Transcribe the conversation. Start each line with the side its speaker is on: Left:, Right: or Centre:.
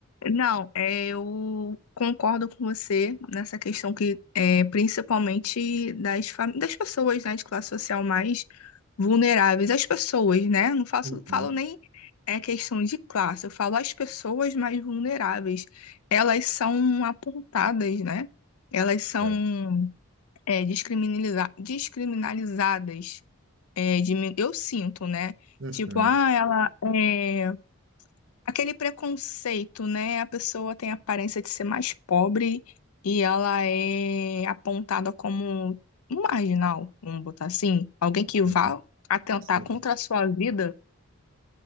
Left: Não, é, eu concordo com você nessa questão que é principalmente das, fam- das pessoas, né, de classe social mais vulneráveis. As pessoas, né? Não faço,
Right: Uhum,
Left: falo nem é questão de classe, eu falo as pessoas mais vulneráveis. Elas são apontadas, né? Elas são.
Right: sabe?
Left: é, descriminaliza- descriminalizadas. é, de mim- eu sinto, né?
Right: Uhum,
Left: Tipo, ah, ela é aquele preconceito, né? A pessoa tem a aparência de ser mais pobre e ela é apontada como um marginal, vamos botar assim, alguém que
Right: uhum.
Left: vá atentar
Right: Sim.
Left: contra a sua vida.